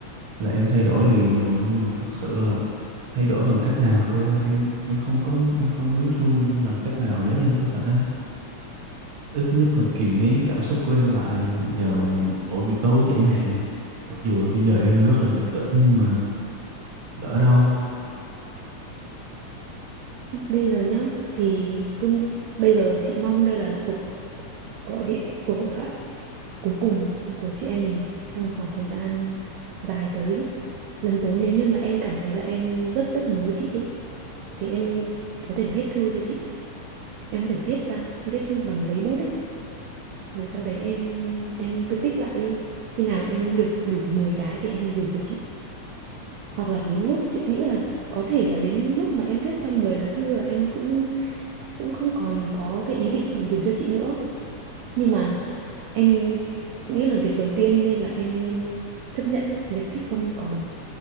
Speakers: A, on the right; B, on the right.
A: là em thay đổi liền rồi nhưng mà thực sự là thay đổi bằng cách nào cơ em em không có em không biết luôn làm cách nào để em có thể ít nhất là kìm nén cảm xúc của em lại vào mỗi buổi tối chẳng hạn mặc dù là bây giờ em đang rất là bình tĩnh nhưng mà lỡ đâu
B: Bây giờ nhá, thì cứ bây giờ chị mong đây là cuộc cuộc gọi điện, cuộc hội thoại cuối cùng của chị em mình trong khoảng thời gian dài tới. Lần tới nếu như mà em cảm thấy là em rất rất nhớ chị ấy, thì em có thể viết thư cho chị em có thể viết ra viết bằng giấy bút đấy rồi sau đấy em em cứ tích lại đi khi nào em được đủ 10 cái thì em gửi cho chị hoặc là đến lúc chị nghĩ là có thể là đến lúc mà em viết xong 10 lá thư là em cũng cũng không còn có cái ý định gửi cho chị nữa nhưng mà em chị nghĩ là việc đầu tiên nên là em nên chấp nhận việc chị không còn